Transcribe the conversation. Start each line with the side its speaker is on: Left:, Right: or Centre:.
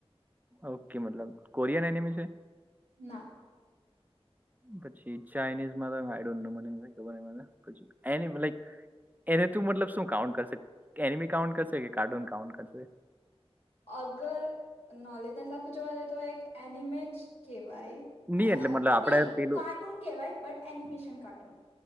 Right: ઓકે મતલબ કોરિયન એનિમી છે
Left: ના.
Right: પછી ચાાઈનીઝ માં આઈડોન્ટ નો <unintelligible> પછ એ લક એને તું મતલબ શું કાઉન્ટ કરશે એનેમી કાઉન્ટ કરશે. કાર્ટૂન કાઉન્ટ કરશે.
Left: અગર. નોલેજ ના હિસાબ જોવા જઈ તો એક એનિમે જ કેહેવાય.
Right: નહીં એટલે મતલબ આપણે
Left: નહી
Right: પેલું
Left: કાર્ટૂન કેહેવાય બટ એનિમેશન કાર્ટૂન.